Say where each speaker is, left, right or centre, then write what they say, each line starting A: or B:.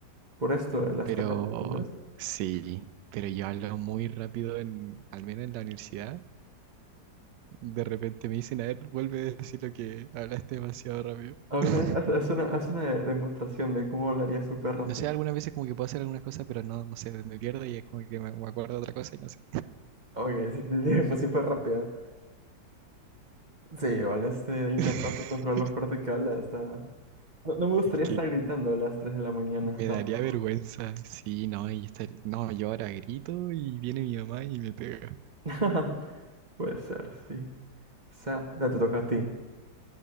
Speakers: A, on the right; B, on the right.
A: por esto de las
B: pero
A: tareas, tal vez.
B: sí, pero yo hablo muy rápido en, al menos en la universidad. De repente me dicen, a ver, vuelve a decir lo que hablaste demasiado rápido.
A: A ver,
B: <laughs>
A: haz, haz- haz una, haz una demostración de cómo hablaría súper rápido.
B: No sé, algunas veces como que puedo hacer algunas cosas, pero no, no sé, me pierdo y es como que me, me acuerdo de otra cosa y no sé.
A: Ok, sí, sí, sí, <laughs> pues súper rápido. Sí, igual este incapaz
B: <laughs>
A: de controlar lo fuerte que habla. Está... No, no me gustaría
B: Es que
A: estar gritando a las 3 de la mañana
B: me
A: tampoco.
B: daría vergüenza. Sí, no, y estar, no, yo ahora grito y viene mi mamá y me pega.
A: <laughs> Puede ser, sí. Esa, ya te toca a ti.